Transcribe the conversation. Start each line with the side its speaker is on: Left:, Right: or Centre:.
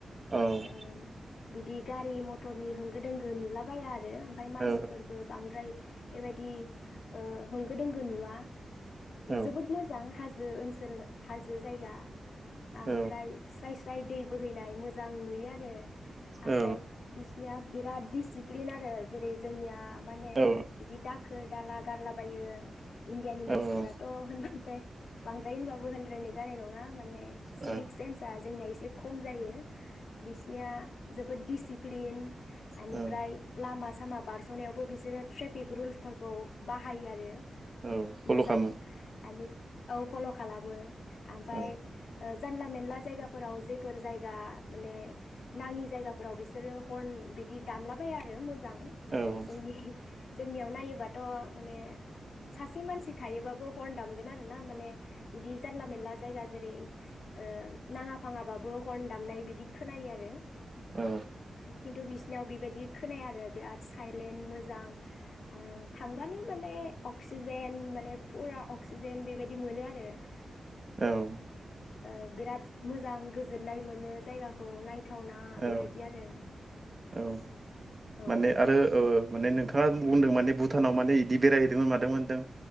Right: औ
Left: ओम बिदि गारि मथरनि होंगो दोंगो नुलाबाया आरो ओमफ्राय मानसिफोरबो
Right: औ
Left: बांद्राय बेबायदि ओ होंगो दोंगो नुवा।
Right: औ
Left: जोबोद मोजां हाजो हाजो ओनसोल हाजो जायगा आमफ्राय
Right: औ
Left: स्राय स्राय दै बोहैनाय मोजां नुयो आरो। आमफ्राय
Right: औ
Left: बिस निया बिरााद दिडसिप्लिन आरो जेरै जोंनिया माने
Right: औ
Left: बिदि दाखोर दाला गारलाबायो इण्डियानि मानसिफोराथ'
Right: औ
Left: होनबथाय बांद्राराय होनबाबो होनद्रायनाय जानाय नङा <unintelligible> माने सिभिक
Right: औ
Left: सेनसआ जोंनि एसे खम जायो। बिसिनिया जोब बोद डसिप्लिन एनिफ्राय
Right: औ
Left: लामा सामा बारसनायावबो बिसोरो ट्रेफिक रुल्सफोरखौ बाहायो आरो
Right: औ फल
Left: मोजां
Right: खालामो
Left: आनि औ फल खालामो आमफाय
Right: औ
Left: ओ जानला मेनला जायगाफोराव जेफोर जायगा माने नाङि जायगाफोराव बिसोरो हर्न बिदि दामलाबाय आरो <unintelligible> मोजां
Right: औ
Left: जोंनि जोंनियाव नायोबाथ माने सासे मानसि थायोबाबो हरन दामगोन आरो ना माने बिदि जानला मेरला जायगा जेरै ओ नाङा फाङाबाबो हरन दामनाय बिदि खोनायो आरो
Right: औ
Left: खिन्थु बि बिनाव बेबायदि खोनाया आरो बिराद साइलेन्ट मोजां ओ थांबानो माने अक्सिजेन माने फुरा अक्सिजेन बेबायदि मोनो आरो
Right: औ
Left: ओ ओ बिराद मोजां गोजोननाय मोनो जायगाखौ नाय थावना
Right: औ
Left: बेबायदि आरो
Right: औ
Left: औ
Right: माने आरो ओ माने नोंथाङा बुंदों माने भुटानाव माने इदि बेरायहैदोंमोन मादों होनदों